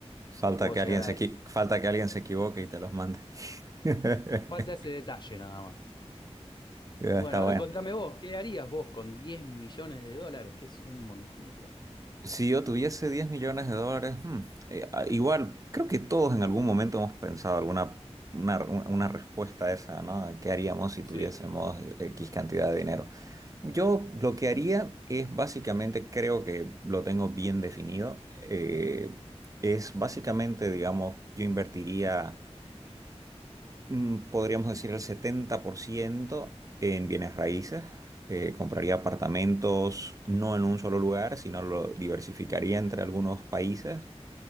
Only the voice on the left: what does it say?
puedo
llegar
a
eso.
Falta ese detalle nada más.
Bueno,
ahora
contame vos, ¿qué harías vos con 10 millones de dólares? Que es un montón de plata.
Sí.